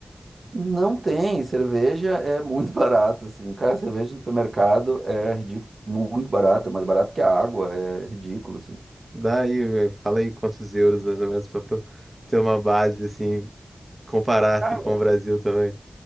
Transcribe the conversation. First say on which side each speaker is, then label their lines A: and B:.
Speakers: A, on the right; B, on the right.
A: Não tem, cerveja é muito <laughs> barata, assim. Cara, cerveja no supermercado é ridículo, muito barata, mais barato que a água, é ridículo, assim.
B: Daí, eh, fala aí quantos euros, mais ou menos, para ter uma base, assim, comparar aqui
A: Cara,
B: com o Brasil também.